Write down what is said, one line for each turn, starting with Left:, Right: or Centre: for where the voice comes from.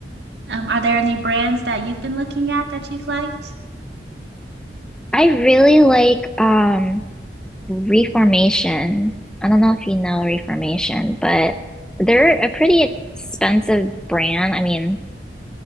Right: Um, are there any brands that you've been looking at that you've liked?
Centre: I really like um Reformation. I don't know if you know Reformation, but they're a pretty expensive brand. I mean,